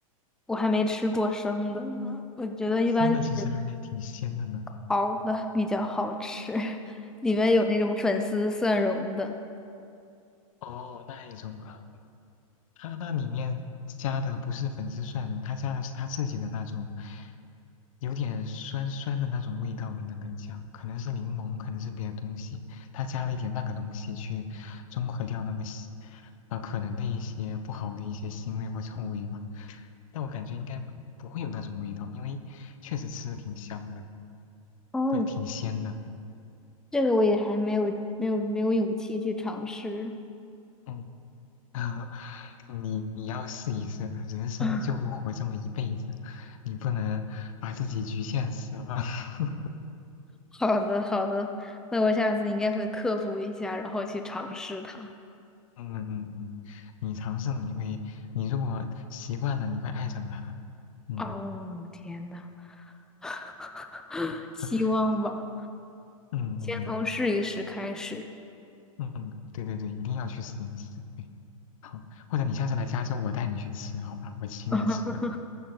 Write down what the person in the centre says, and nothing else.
我还没吃过生的呢。我觉得一般是
熬的比较好吃，<laughs> 里面有那种粉丝蒜蓉的。
哦，
这个我也还没有没有没有勇气去尝试。
<laughs>
好的，好的，那我下次应该会克服一下，然后去尝试它。
哦，天呐！<laughs>
希望吧，
先从试一试开始。
<laughs>